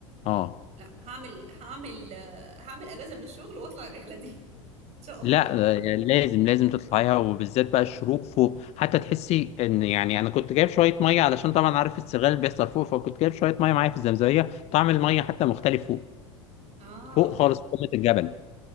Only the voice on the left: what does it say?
اه
لا
آه، يعني لازم لازم تطلعيها وبالذات بقى الشروق فوق حتى تحسي ان يعني انا كنت جايب شويه ميه علشان طبعا عارف السرغال اللي بيحصل فوق فكنت جايب شويه ميه معايا في الزمزميه طعم الميه حتى مختلف فوق
فوق خالص في قمه الجبل